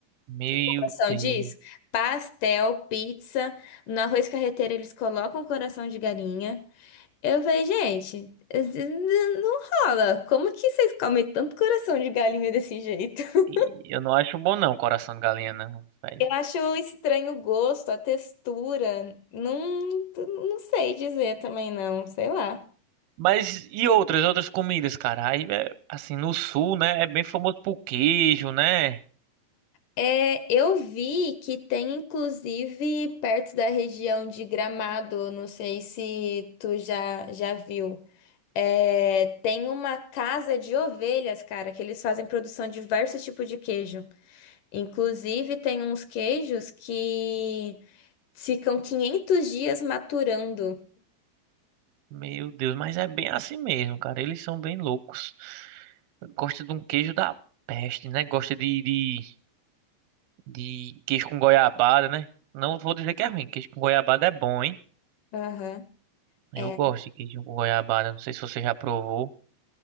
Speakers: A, on the right; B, on the left.
A: Meu
B: Coração
A: Deus.
B: disso? Pastel, pizza. No arroz carreteiro eles colocam coração de galinha. Eu falei, gente, não rola. Como que vocês comem tanto coração de galinha desse jeito? <laughs>
A: E Eu não acho bom não, coração de galinha não, velho.
B: Eu acho estranho o gosto, a textura. Não, não sei dizer também, não. Sei lá.
A: Mas e outras, outras comidas, cara? Aí, é, assim, no sul, né, é bem famoso por queijo, né?
B: É, eu vi que tem inclusive perto da região de Gramado, não sei se tu já, já viu. É, tem uma casa de ovelhas, cara, que eles fazem produção de diversos tipos de queijo. Inclusive, tem uns queijos que ficam 500 dias maturando.
A: Meu Deus, mas é bem assim mesmo, cara. Eles são bem loucos. Gosta de um queijo da peste, né? Gosta de, de de queijo com goiabada, né? Não vou dizer que é ruim, queijo com goiabada é bom, hein?
B: Aham.
A: Eu
B: É.
A: gosto de queijo com goiabada, não sei se você já provou.